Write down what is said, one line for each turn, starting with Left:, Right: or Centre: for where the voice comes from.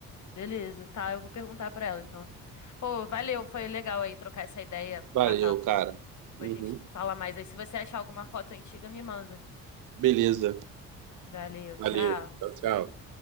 Left: Beleza, tá, eu vou perguntar pra ela então. Pô, valeu, foi legal aí trocar essa ideia,
Right: Valeu,
Left: matar.
Right: cara.
Left: Depois
Right: Uhum.
Left: a gente fala mais aí. Se você achar alguma foto antiga, me manda.
Right: Beleza.
Left: Valeu,
Right: Valeu.
Left: tchau.
Right: Tchau, tchau.